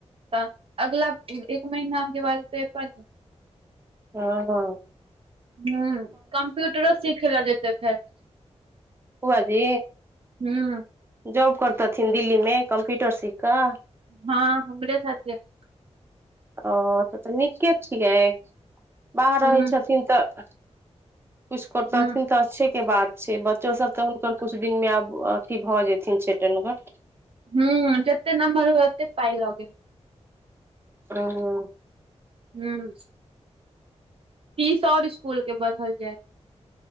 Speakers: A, on the right; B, on the right.
A: त अगला एक महीना‌ के बाद पेपर
B: ह
A: हूं कम्प्यूटरो सिखै ला जेतै एखन
B: बुआ जी
A: हूँ
B: जॉब करतथिन दिल्ली मे कम्प्यूटर सीख कऽ
A: हँ हमरे <unintelligible>
B: ओ तऽ तऽ नीके छियै बाहर
A: हूँ
B: रहैत छथिन तऽ कुछ करतऽथीन
A: हूँ
B: तऽ अच्छे के बात छै बच्चो सब तऽ हुनकर कुछ दिन मे आब अथी भऽ जेथिन छेटनगर
A: हूं जेते नमहर हो ओते पाइ लगै
B: ओ
A: हू फीस और इसकूल के बढ़ल जाय